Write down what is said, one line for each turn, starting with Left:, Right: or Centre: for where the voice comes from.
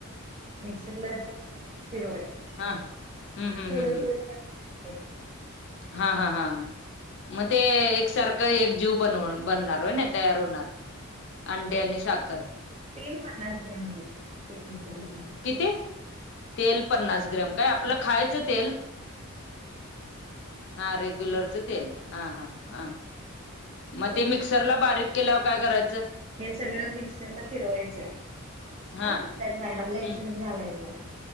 Right: मिक्सरला फिरवायचं
Left: हा हम्म हम्म
Right: थोडं
Left: हम्म
Right: थोडं
Left: हम्म
Right: <unintelligible> तेच
Left: हा हा हा हा. मग ते एकसारखं एक जीव बनव बनणार होय ना तयार होणार. अंडे आणि साखर
Right: तेल पन्नास ग्रॅम घ्यायचं. ते विसरले सांगायच.
Left: किती तेल पन्नास ग्राम काय आपलं खायचं तेल. हा रेग्युलरचं तेल, हा हा हा. मग ते मिक्सरला बारीक केल्यावर काय कराय
Right: हे सगळं मिक्सर ला फिरवायचं.
Left: हा
Right: ह त्यात <unintelligible> लायसन्स
Left: हम्म
Right: घालायचं